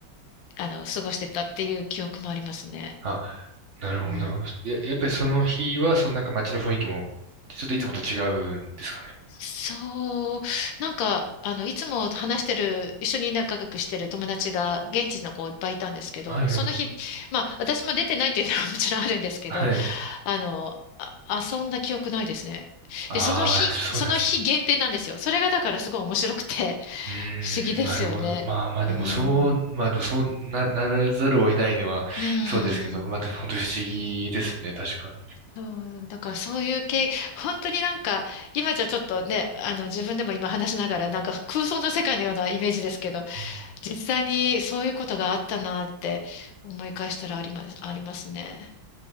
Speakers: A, on the left; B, on the right.
A: あの、過ごしてたっていう記憶もありますね。
B: あ、なるほど。
A: うん
B: や、やっぱりその日は、そのなんか街の雰囲気も、ちょっといつもと違うんですかね。
A: そう、なんか、あの、いつも話してる、一緒に仲良くしてる友達が、現地の子いっぱいいたんですけど、
B: はいはい。
A: その日、まあ、私も出てないっていうのは <laughs> もちろんあるんですけど、
B: はい。
A: あの、あ、遊んだ記憶ないですね。
B: ああ、
A: で、その日、
B: そうなんですね。
A: その日限定なんですよ。それがだからすごい面白くて、<laughs>
B: うーん、
A: 不思議ですよね。
B: なるほど。まあまあでもそう、
A: うん。
B: まあでもそうな、ならざるを得ないのはそうですけど、
A: うーん。
B: まあでも本当不思議ですね、確かに。
A: そう、だからそういう系、本当になんか、今じゃちょっとね、あの自分でも今話しながら、なんか空想の世界のようなイメージですけど、
B: うん
A: 実際にそういうことがあったなって思い返したらあります、ありますね。